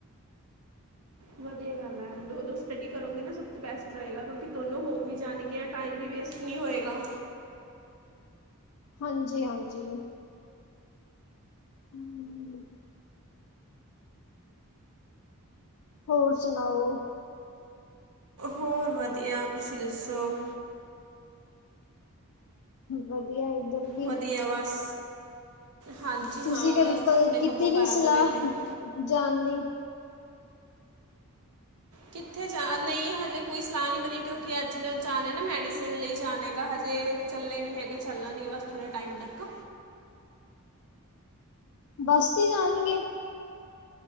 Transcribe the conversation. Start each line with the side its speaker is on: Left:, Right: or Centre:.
Right: ਵਧੀਆ ਗੱਲ ਹੈ ਦੋ-ਦੋ ਸਟੱਡੀ ਕਰੋਗੇ ਨਾ ਸਭ ਤੋਂ ਬੈਸਟ ਰਹੇਗਾ ਕਿਉਂਕਿ ਦੋਨੋਂ ਹੋ ਵੀ ਜਾਣ ਗੀਆਂ ਟਾਈਮ ਵੀ ਵੇਸਟ ਨੀ ਹੋਏਗਾ
Left: ਹਾਂਜੀ-ਹਾਂਜੀ। ਹੂਂ ਹੋਰ ਸੁਣਾਓ?
Right: ਹੋਰ ਵਧੀਆ ਤੁਸੀਂ ਦੱਸੋ?
Left: ਵਧੀਆ ਏਧਰ ਵੀ
Right: ਵਧੀਆ ਬਸ ਹਾਂਜੀ
Left: ਤੁਸੀਂ
Right: ਹਾਂ
Left: ਫੇਰ
Right: ਬਸ
Left: ਕਦੋਂ
Right: ਆਪਣੇ ਕੰਮੋ
Left: ਕੀਤੀ ਨੀ
Right: ਕਾਰਾਂ
Left: ਸਲਾਹ
Right: ਤੋਂ ਵਿਹਲੇ ਹੋ
Left: ਜਾਣ ਦੀ
Right: ਕਿੱਥੇ ਜਾ ਨਈ ਹਜੇ ਕੋਈ ਸਲਾਹ ਨੀ ਬਣੀ ਕਿਉਂਕਿ ਅੱਜ ਦਾ ਜਾਣੈ ਨਾ ਮੈਡੀਸਨ ਲਈ ਜਾਣੈ ਹੈਗਾ ਹਜੇ ਚੱਲੇ ਨੀ ਹੈਗੇ ਚੱਲਣ ਗੇ ਬਸ ਥੋੜ੍ਹੇ ਟਾਈਮ ਤੱਕ
Left: ਬੱਸ ਤੇ ਜਾਣਗੇ?